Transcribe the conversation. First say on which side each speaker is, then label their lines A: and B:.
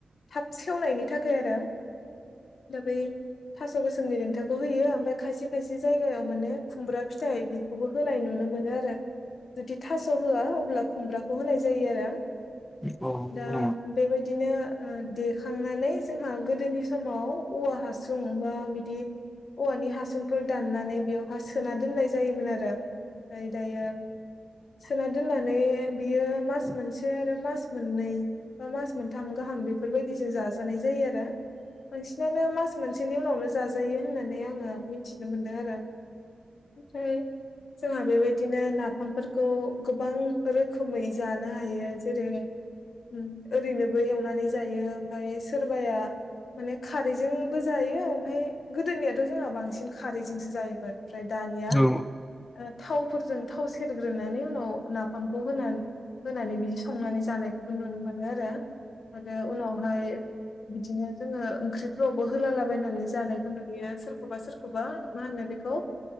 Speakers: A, on the left; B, on the left.
A: थाब सेवनायनि थाखाय आरो दा बै थास' गोसोननि देन्थाखौ होयो ओमफ्राय खायसे खायसे जायगायाव माने खुमब्रा फिथाइ बेखौबो होनाय नुनो मोनो आरो जुदि थास' होआ अब्ला खुमब्राखौ होनाय जायो आरो‌
B: नंगौ
A: दा
B: नामा?
A: बेबायदिनो देखांनानै जोंहा गोदोनि समाव औवा हासुं बा बिदि औ'आ नि हासुं हासुंखौ दाननानै बेयावहा सोना दोननाय जायोमोन आरो ओमफ्राय दायो सोना दोननानै बियो मास मोनसे आरो मास मोननै बा मास मोनथाम गाहाम गाहाम बेफोरबायदिजों जाजानाय जायो आरो मोनसेयानो मास मोनसेनि उनावनो जाजायो होननानै आङो बे मिथिनो मोनदों आरो ओमफ्राय जोंहा बेबायदिनो ना नाफामफोरखौ गोबां रोखोमै जानो हायो जेरै - ओरैनोबो एवनानै जायो ओमफफ्राय सोरबाया माने खारैजोंबो जायो ओमफफ्राय गोदोनियाथ' जोंहा बांसिन खारैजोनसो जायोमोन‌ ओमफ्राय दया
B: औ
A: - खुरजों थाव सेरग्रोनानै उनाव नाफामखौ होनानै होनानै बिदि संनानै जानायखौबो नुनो मोनो आरो आरो उनावहाय बिदिनो जोङो ओंख्रिफ्रावबो होलालाबायनानै जानायखौ नुयो सोरखौबा सोरखौबा बा मा होनो बेखौ